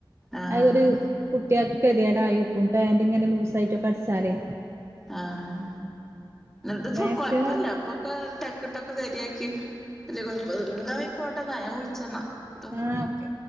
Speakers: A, in the centre; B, on the right (about 30°).
A: ആഹ്
B: അത് ഒരു കുട്ടിയക്ക്‌ കേതിയേടായിരിക്കും പാന്റ് ഇങ്ങനെ ലൂസ ആയിട്ടൊക്കെ അടിച്ചാലേ
A: ആഹ എന്നിട്ട്പ്പ
B: മാക്സിമം
A: കൊഴപ്പില്ല അപ്പൊക്കെ ടെക്ക് ടെക് ശരിയാക്കി വല്യ കൊയപ്പന്നൂല്യ ആയിക്കോട്ടെന്ന ഞാൻ വിളിച്ചന്നാ ട്ടോ
B: ആഹ ഓക്കെ